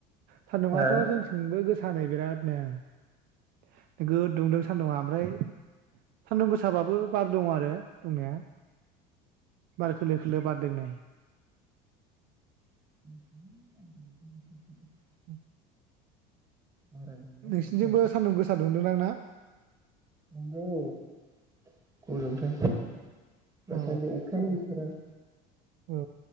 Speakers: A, on the right; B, on the right.
A: सान्दुंङाथ'
B: हा
A: जोंथिंबो गोसानै बिरादनो। नोगोद दुंदों सान्दुंआ ओमफ्राय सान्दुं गोसाबाबो बार दं आरो दंनाया। बार खोलो खोलो बार देग्लाय
B: <unintelligible>
A: <unintelligible>
B: बारा गैला होनबासो
A: नोंसिनिजोंबो
B: जाबाय
A: सान्दुं गोसा दुंदों दां ना?
B: नंगौ औ गरमथार दासान्दि
A: औ
B: अखायानो गैथारा।
A: औ